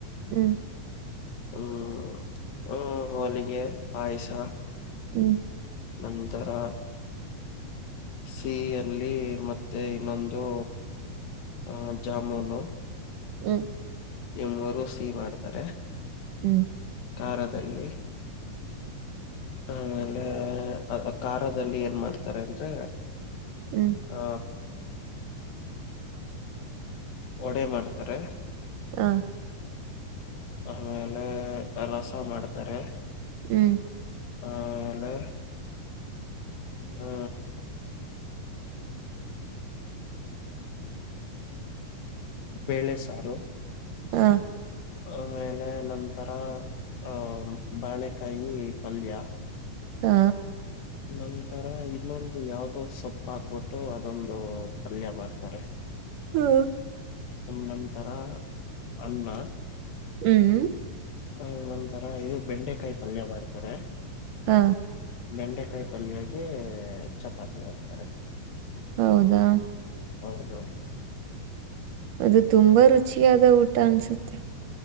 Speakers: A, on the right; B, on the left.
A: ಹ್ಮ್
B: ಹ್ಮ್ ಹ್ಮ ಹೋಳಿಗೆ ಪಾಯಸ
A: ಹ್ಮ್
B: ನಂತರ ಸಿಹಿಯಲ್ಲಿ ಮತ್ತೆ ಇನ್ನೊಂದು ಹ ಜಾಮೂನು
A: ಹ್ಮ್
B: ಈ ಮೂರು ಸಿಹಿ ಮಾಡ್ತಾರೆ
A: ಹ್ಮ್
B: ಖಾರದಲ್ಲಿ ಆಮೇಲೆ ಖಾರದಲ್ಲಿ ಏನ್ ಮಾಡ್ತಾರೆ ಅಂದ್ರೆ
A: ಹ್ಮ್
B: ಹ ವಡೆ ಮಾಡ್ತಾರೆ
A: ಹಾ
B: ಆಮೇಲೆ ರಸ ಮಾಡ್ತಾರೆ
A: ಹ್ಮ್
B: ಆಮೇಲೆ ಆ ಬೇಳೆ ಸಾರು
A: ಹ್ಮ
B: ಆಮೇಲೆ ನಂತರ ಆಹ ಬಾಳೆಕಾಯಿ ಪಲ್ಯ
A: ಹಾ
B: ನಂತರ ಇನ್ನೊಂದು ಯಾವ್ದೋ ಸೊಪ್ಪು ಹಾಕ್ಬಿಟ್ಟು ಅದೊಂದು ಪಲ್ಯ ಮಾಡ್ತಾರೆ
A: ಹ್ಮ್
B: ನಂತರ ಅನ್ನ
A: ಹ್ಮ್
B: ಹ ನಂತರ ಇದು ಬೆಂಡೆಕಾಯಿ ಪಲ್ಯ ಮಾಡ್ತಾರೆ
A: ಹಾ
B: ಬೆಂಡೆಕಾಯಿ ಪಲ್ಯಾಗಿ ಚಪಾತಿ ಮಾಡ್ತಾರೆ
A: ಹೌದಾ
B: ಹೌದು
A: ಅದು ತುಂಬಾ ರುಚಿಯಾದ ಊಟ ಅನ್ಸುತ್ತೆ